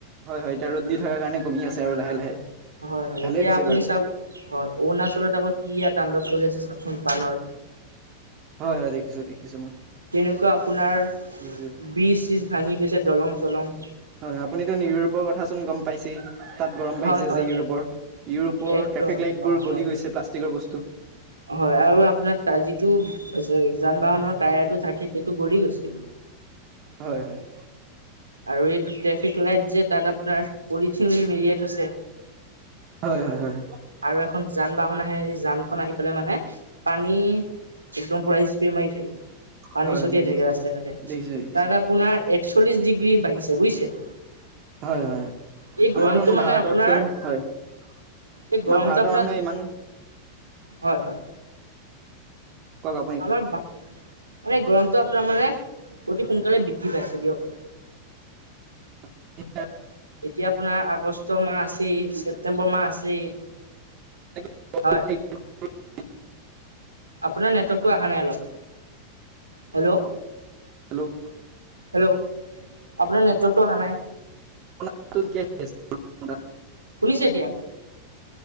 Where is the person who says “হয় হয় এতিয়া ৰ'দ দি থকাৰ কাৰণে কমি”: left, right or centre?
Right